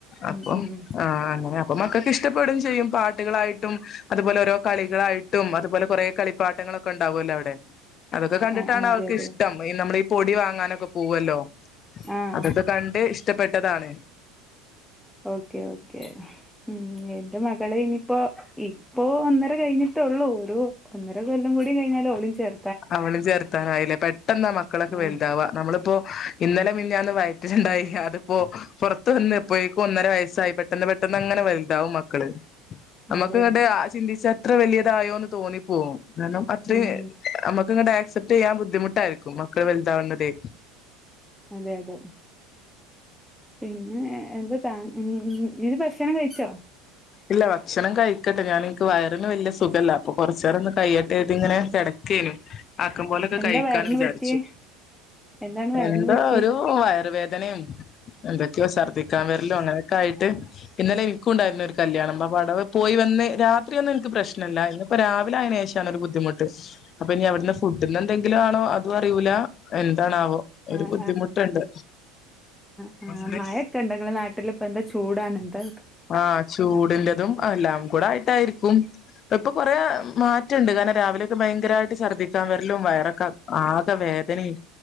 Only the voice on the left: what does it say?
അപ്പം
ആഹ് അപ്പ മക്കക്കിഷ്ടപ്പെടും ചെയ്യും പാട്ടുകളായിട്ടും അതുപോലെ ഓരോ കളികളായിട്ടും അതുപോലെ കൊറേ കളിപ്പാട്ടങ്ങളൊക്കെ ഉണ്ടാവുമല്ലോ അവിടെ അതൊക്കെ കണ്ടിട്ടാണ്
അവൾക്ക്
ഇഷ്ടം ഈ നമ്മള് ഈ പൊടി വാങ്ങാനൊക്കെ പോവൊല്ലോ
അതൊക്കെ കണ്ട് ഇഷ്ട പെട്ടതാണ്
അവളിം ചേർത്താനായില്ലേ പെട്ടെന്നാ മക്കളൊക്കെ
വലുതാവാ നമ്മളിപ്പോ ഇന്നലെ മിനിയാന്ന് വയറ്റില്ണ്ടായി അതിപ്പോ പുറത്ത് വന്ന് അപ്പോഴേക്കും ഒന്നര വയസ്സായി പെട്ടെന്ന് പെട്ടെന്ന് അങ്ങനെ വലുതാവും മക്കള് നമക്ക്
ഇങ്ങട്ട് ചിന്തിച്ച എത്ര വലിയതായോ എന്ന് തോന്നിപ്പോവും കാരണം അതേ
നമ്മുക്ക് ഇങ്ങട്ടെ ആക്സെപ്റ്റ് ചെയ്യാൻ ബുദ്ധിമുട്ടായിരിക്കും മക്കള് വലുതാവുന്നതേ
ഇല്ല ഭക്ഷണം കഴിക്കട്ടെ ഞാന് വയറിന് വലിയ സുഖല്ല അപ്പം കുറച്ച് നേരം ഒന്ന് കയിയട്ടേ എന്ന് ഇങ്ങനെ കെട ആകും പോലൊക്കെ
കഴിക്കാന്ന്
വിചാരിച്ചു
എന്താ
ഒരു വയറ് വേദ ഇന്നലെ എന്തൊക്കെയോ ഛർദിക്കാൻ വരലോ അങ്ങനൊക്കെ ആയിട്ട് ഇന്നലെ എനിക്കും ഉണ്ടായിരുന്നു ഒരു കല്യാണം അ അ അവിടെ പോയി വന്ന് രാത്രിയൊന്നും എനിക്ക് പ്രശ്നമില്ലായിരുന്നു. ഇപ്പോ രാവിലെ ആയതിന് ശേഷാണ് ഒരു ബുദ്ധിമുട്ട് അപ്പൊ ഇനി അവിടുന്ന് ഫുഡിന്ന് എന്തെങ്കിലും ആണോ അതും അറിയൂല എന്താണാവോ ഒരു
ബുദ്ധിമുട്ടുണ്ട്
അങ്ങനെ
ആ ചൂടിന്റെതും എല്ലാം കൂടെ ആയിട്ടായിരിക്ക ക്കും ഇപ്പൊ കൊറേ മാറ്റണ്ട് കാരണം രാവിലൊക്കെ ഭയങ്കരമായിട്ട് ഛർദിക്കാൻ വരലും വയറൊക്കെ ആകെ വേദനയും